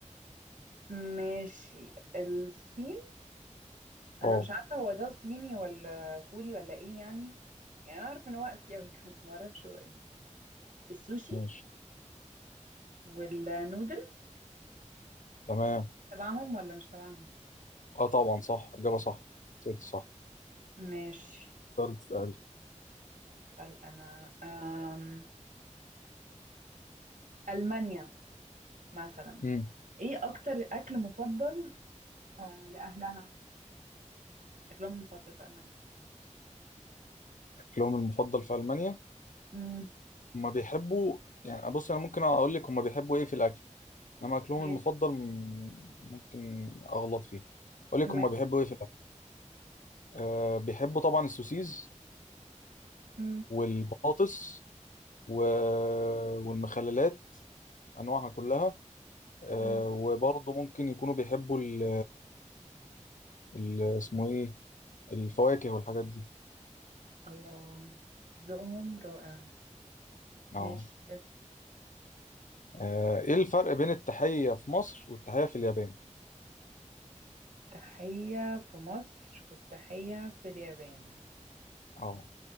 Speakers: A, on the right; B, on the left.
A: ماشي الصين انا
B: اه
A: مش عارفه هو ده صيني ولا كوري ولا ايه يعني يعني انا اعرف ان هو اسيوي <laughs> بس ما اعرفش هو ايه السوشي
B: ماشي
A: والنودلز
B: تمام
A: تبعهم ولا مش تبعهم
B: اه طبعا صح إجابة صح سألت صح
A: ماشي
B: تقدر تسألي
A: اسال انا أم... المانيا مثلا
B: مم.
A: ايه اكتر اكل مفضل آه، لاهلها اكلهم المفضل في المانيا
B: أكلهم المفضل في ألمانيا
A: امم
B: هما بيحبوا يعني بص أنا ممكن أقول لك هما بيحبوا إيه في الأكل إنما أكلهم
A: ماشي
B: المفضل م- ممكن أغلط فيه أقول لك
A: ماشي
B: هما بيحبوا إيه في الأكل أه بيحبوا طبعا السوسيز
A: امم
B: والبطاطس و... والمخللات انواعها كلها آه،
A: امم
B: وبرضه ممكن يكونوا بيحبوا ال... ال... اسمه ايه الفواكه والحاجات دي
A: الله ذوقهم رائع
B: اه
A: ماشي
B: آه، ايه الفرق بين التحية في مصر والتحية في اليابان
A: التحية في مصر والتحية في اليابان
B: اه